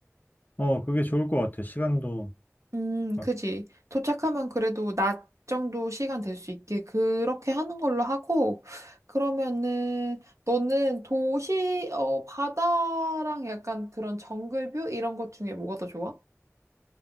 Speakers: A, on the left (about 35°); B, on the right (about 70°).
A: 어, 그게 좋을 것 같아, 시간도.
B: 음,
A: 막.
B: 그지. 도착하면 그래도 낮 정도 시간 될 수 있게 그렇게 하는 걸로 하고, 그러면은 너는 도시, 어, 바다랑 약간 그런 정글뷰 이런 것 중에 뭐가 더 좋아?